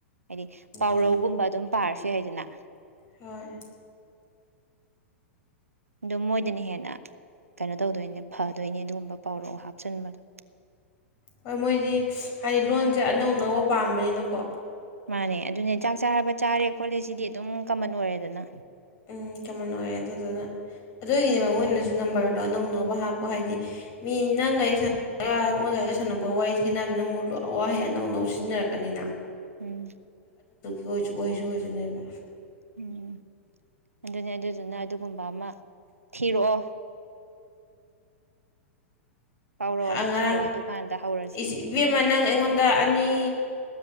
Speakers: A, on the right (about 90°); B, on the left (about 40°).
A: ꯍꯥꯏꯗꯤ ꯄꯥꯎꯔꯧꯒꯨꯝꯕ
B: ꯌꯥꯏ
A: ꯑꯗꯨꯝ ꯄꯥꯔꯁꯤ ꯍꯥꯏꯗꯅ
B: ꯍꯣꯏ
A: ꯑꯗꯨꯣ ꯃꯣꯏꯗꯅ ꯍꯦꯟꯅ ꯀꯩꯅꯣ ꯇꯧꯗꯣꯏꯅꯦ ꯐꯗꯣꯏꯅꯦ ꯑꯗꯨꯒꯨꯝꯕ ꯄꯥꯎꯔꯥꯎ ꯍꯥꯞꯆꯤꯟꯕꯗꯣ
B: ꯍꯣꯏ ꯃꯣꯏꯗꯤ ꯍꯥꯏꯗꯤ ꯂꯣꯟꯁꯦ ꯑꯅꯧ ꯑꯅꯧꯕ ꯄꯥꯝꯕꯅꯤꯅꯀꯣ
A: ꯃꯥꯅꯦ ꯑꯗꯨꯅꯦ ꯆꯥꯛ ꯆꯥꯔꯕ ꯆꯥꯔꯦ ꯈꯣꯠꯂꯦ ꯁꯤꯗꯤ ꯑꯗꯨꯝ ꯀꯃꯟ ꯑꯣꯏꯔꯦꯗꯅ
B: ꯎꯝ ꯀꯃꯟ ꯑꯣꯏꯔꯦ ꯑꯗꯨꯗꯨꯅ ꯑꯗꯨꯒꯤꯅꯦꯕ ꯃꯣꯏꯅꯅꯁꯨ ꯅꯝꯕꯔꯗꯣ ꯑꯅꯧ ꯑꯅꯧꯕ ꯍꯥꯞꯄꯣ ꯍꯥꯏꯗꯤ ꯃꯤ ꯅꯪ ꯒꯥꯔꯤꯒ ꯁꯥꯟꯔꯒ ꯃꯣꯏ ꯒꯥꯔꯤꯒ ꯁꯥꯟꯅꯕꯒ ꯋꯥꯔꯤ ꯈꯦꯠꯅꯕ ꯅꯪꯕꯨ ꯑꯋꯥꯍꯩ ꯑꯅꯧ ꯑꯅꯧꯕ ꯁꯤꯖꯤꯟꯅꯔꯛꯀꯅꯤꯅ
A: ꯎꯝ
B: ꯁꯨ ꯑꯣꯏꯁꯨ ꯑꯣꯏꯗꯣꯏꯅꯦꯕ
A: ꯎꯝ ꯑꯗꯨꯅꯤ ꯑꯗꯨꯗꯨꯅ ꯑꯗꯨꯒꯨꯝꯕ ꯕꯥ ꯑꯃ ꯊꯤꯔꯛꯑꯣ ꯄꯥꯎꯔꯧ ꯑꯃ
B: ꯑꯉ
A: ꯊꯤꯔꯛꯑꯣ ꯑꯗꯨꯀꯥꯟꯗ ꯍꯧꯔꯁꯦ
B: ꯏꯕꯦꯝꯃ ꯅꯪ ꯑꯩꯉꯣꯟꯗ ꯑꯅꯤ